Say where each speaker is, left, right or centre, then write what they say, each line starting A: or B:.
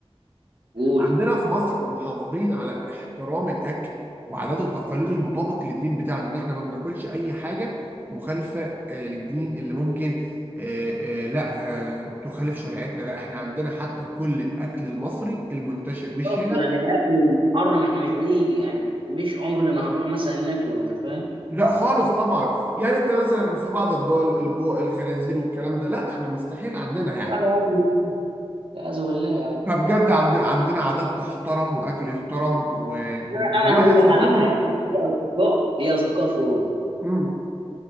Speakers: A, on the right; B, on the right.
A: قول
B: عندنا في مصر محافظين على احترام الاكل وعاداته وتقاليده المطابق للدين بتاعنا ان احنا ما بناكلش اي حاجة مخالفة آه، للدين اللي ممكن آه، آه، لا آه، تخالف شريعتنا لا احنا عندنا حتى كل الاكل المصري المنتشر والشائع
A: طب يعني الاكل المحرم احنا مش بنيجي يعني مش عمرنا ما هنروح مثلا ناكله انت فاهم
B: لا خالص طبعا يعني انت مثلا في بعض الدول البوق الخنازير والكلام ده لا احنا مستحيل عندنا يعني
A: انا عايز لا أعوذ بالله يا عم
B: فبجد عندنا عندنا عادات تحترم واكل يحترم و-
A: انا
B: والواحد
A: أنا هقول لك
B: فخور
A: على حاجه ليا اصدقاء ليا اصدقاء في اوروبا
B: امم